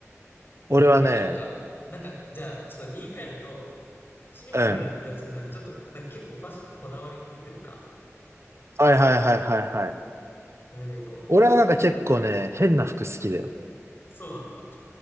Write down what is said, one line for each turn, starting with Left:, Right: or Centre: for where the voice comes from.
Right: 俺はね、
Left: まあなんか、なんか、じゃあちょっと言い換えると、シンプルな服が好きなのか、
Right: うん。
Left: ちょっとなんか結構ファッションにこだわりを持ってるか。
Right: はいはいはいはいはい。
Left: それで行こう。
Right: 俺はなんか結構ね、変な服好きだよ。
Left: そうなんだ。